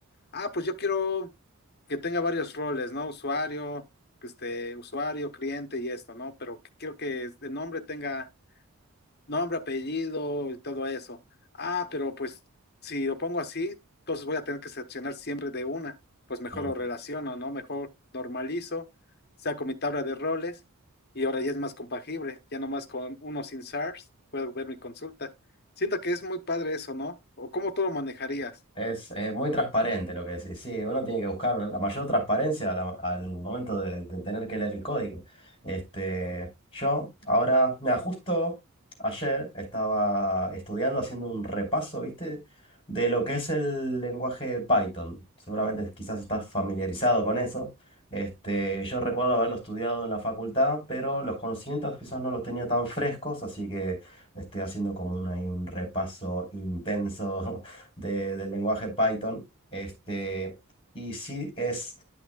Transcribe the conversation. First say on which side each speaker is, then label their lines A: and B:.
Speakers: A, on the left (about 45°); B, on the left (about 25°).
A: Ah, pues yo quiero que tenga varios roles, ¿no? Usuario, que esté usuario, cliente y esto, ¿no? Pero que- quiero que el nombre tenga nombre, apellido y todo eso. Ah, pero pues si lo pongo así, entonces voy a tener que seleccionar siempre de una. Pues mejor
B: ujú.
A: lo relaciono, ¿no? Mejor normalizo, saco mi tabla de roles y ahora ya es más compagible. Ya nomás con uno sin SARS puedo ver mi consulta. Siento que es muy padre eso, ¿no? ¿O cómo tú lo manejarías?
B: Es, es muy transparente lo que decís. Sí, uno tiene que buscar la mayor transparencia a la- al, momento de, de tener que leer el código. Este, yo ahora, me justo ayer estaba estudiando, haciendo un repaso, ¿viste? De lo que es el lenguaje Python. Seguramente quizás estás familiarizado con eso. Este, yo recuerdo haberlo estudiado en la facultad, pero los conocimientos quizás no los tenía tan frescos, así que estoy haciendo como un, ahí un repaso intenso de- del lenguaje Python. Este, y sí es